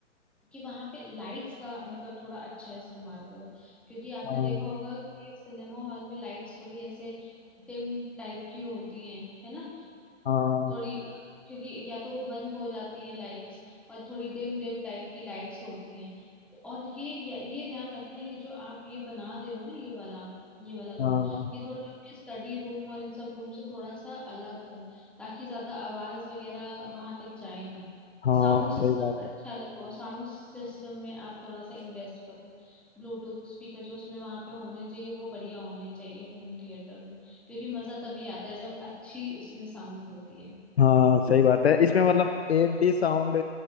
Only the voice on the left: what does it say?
हाँ
हाँ
हाँ
हाँ
सही बात है
हाँ सही बात है इसमें मतलब एक भी साउंड